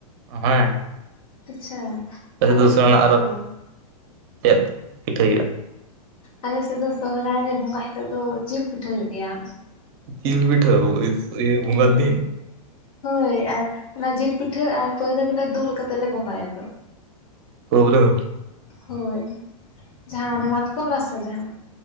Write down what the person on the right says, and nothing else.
ᱦᱮᱸ
ᱫᱚᱥᱨᱟ
ᱱᱟᱜ
ᱫᱚ
ᱪᱮᱫ ᱯᱤᱴᱷᱟᱹᱭ ᱦᱩᱭᱩᱜᱼᱟ?
ᱡᱤᱞ ᱯᱤᱴᱷᱟ. <unintelligible> ᱤᱭᱟᱹ ᱵᱚᱸᱜᱟ
ᱫᱤᱱ?
ᱯᱟᱹᱣᱨᱟᱹ